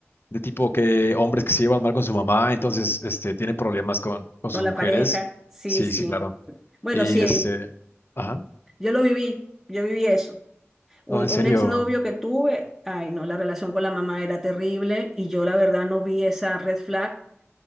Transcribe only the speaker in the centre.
con la
pareja. Sí,
sí.
Bueno,
sí,
yo lo viví, yo viví eso. Un,
un exnovio que tuve, ay, no, la relación con la mamá era terrible y yo la verdad no vi esa red flag